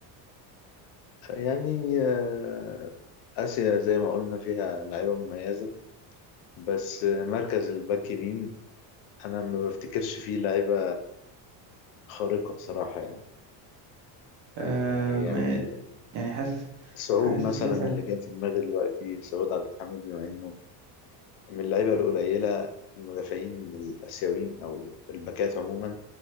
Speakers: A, on the left; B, on the right.
A: ف- يعني آه، اسيا زي ما قلنا فيها لعيبه مميزه بس آه، مركز الباك يمين انا ما بفتكرش فيه لعيبه خارقه بصراحه يعني
B: آه،
A: آه، يعني
B: ما- يعني حاسس
A: سعود
B: حاسس
A: مثلا
B: مثلا
A: اللي جاي في دماغي دلوقتي سعود عبد الحميد بما انه من اللعيبه القليله المدافعين الاسيويين او الباكات عموما